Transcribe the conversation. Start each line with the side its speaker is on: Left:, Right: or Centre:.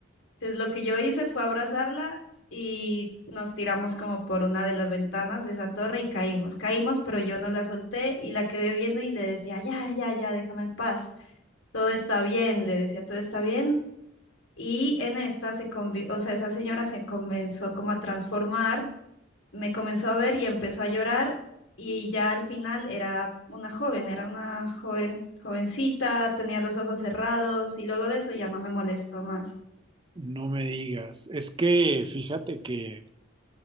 Left: Entonces lo que yo hice fue abrazarla y nos tiramos como por una de las ventanas de esa torre y caímos. Caímos, pero yo no la solté y la quedé viendo y le decía, ya, ya, ya, déjame en paz. Todo está bien, le decía, todo está bien. Y en esta se convi- o sea, esa señora se comenzó como a transformar me comenzó a ver y empezó a llorar y ya al final era una joven, era una joven, jovencita, tenía los ojos cerrados y luego de eso ya no me molestó más.
Right: No me digas. Es que fíjate que